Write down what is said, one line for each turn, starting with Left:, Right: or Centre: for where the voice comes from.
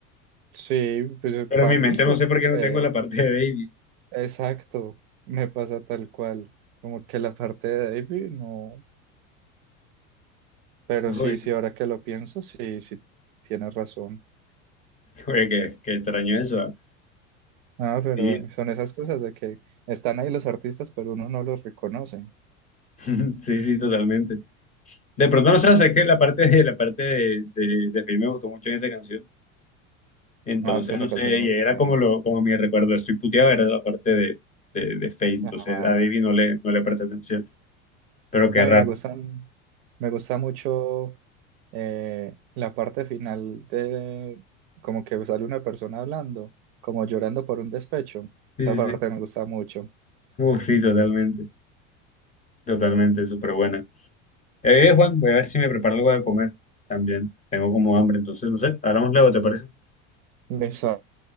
Right: sí,
Left: pero
Right: para
Left: en mi
Right: mí
Left: mente
Right: solo
Left: no sé por
Right: es
Left: qué no
Right: él.
Left: tengo la parte de Baby.
Right: Exacto, me pasa tal cual, como que la parte de David no, pero
Left: <laughs>
Right: sí,
Left: Uy,
Right: sí, ahora que lo pienso, sí, sí, tienes razón.
Left: oye, qué, qué extraño eso. ah.
Right: Ah, pero
Left: Sí,
Right: son esas cosas de que están ahí los artistas, pero uno no los reconoce.
Left: <laughs> sí, sí, totalmente. De pronto, no sé, o sea, es que la parte de, la parte de, de, de Fate me gustó mucho en esa canción. Entonces,
Right: Ah, es que esa
Left: no sé,
Right: canción es
Left: y
Right: muy
Left: era
Right: buena,
Left: como, lo, como mi recuerdo, estoy puteado, era la parte de, de, de Fate, entonces
Right: claro.
Left: a Baby no le, no le presté atención, pero
Right: No,
Left: qué raro.
Right: y me gustan, me gusta mucho eh, la parte final de como que sale una persona hablando, como llorando por un despecho.
Left: Sí,
Right: Esa parte
Left: sí, sí.
Right: me gusta mucho.
Left: Uf, sí, totalmente, totalmente, súper buena. Eh, Juan, voy a ver si me preparo algo de comer también. Tengo como hambre, entonces no sé. Hablamos luego, ¿te parece?
Right: Me sales,